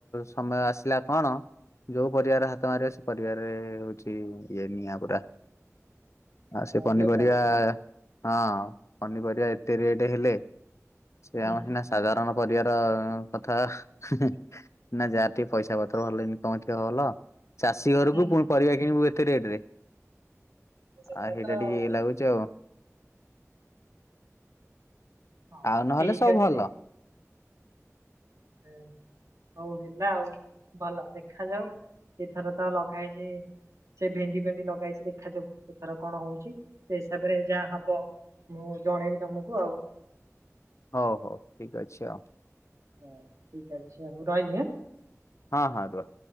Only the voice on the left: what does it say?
ସମୟ ଆସିଲା କଣ ଯୋଉ ପରିବାରେ ହାତ ମାରିବ ସେ ପରିବାରରେ ହଉଛି ଇଏ ନିଆଁ ପୁରା
ଆଉ ସେ
ପନିପରିବା
ହଁ ପନିପରିବା ଏତେ ରେଟ ହେଲେ ସେ
ଆମ ସିନା ସାଧାରଣ ପରିବାର କଥା ହୁଁ ହୁଁ ନା ଯାହା ଟିକେ ପଇସା ପତ୍ର ଭଲ ଇନକମ ଟିକେ ଉଲ ଚାଷୀ ଘରକୁ
ପୁଣି ପରିବା କିଣିବୁ ଏତେ ରେଟ ରେ
ଆଉ ହେଇଟା
ଟିକେ ଇଏ
ଲାଗୁଚି ଆଉ
ଆଉ ନହେଲେ
ସବୁ
ଭଲ।
ହଉ ହଉ ଠିକ୍ ଅଛି ଆଉ।
ହଁ ହଁ ଦବା।